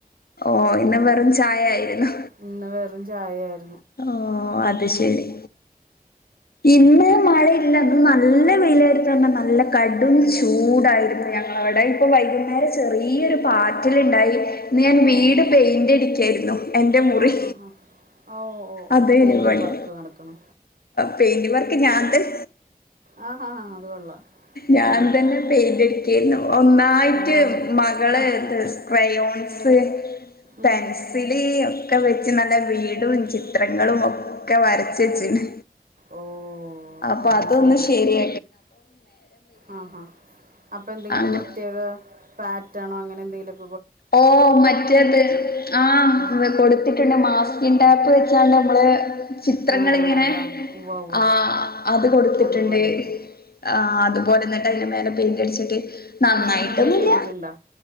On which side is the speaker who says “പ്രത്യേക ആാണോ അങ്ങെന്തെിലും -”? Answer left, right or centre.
Right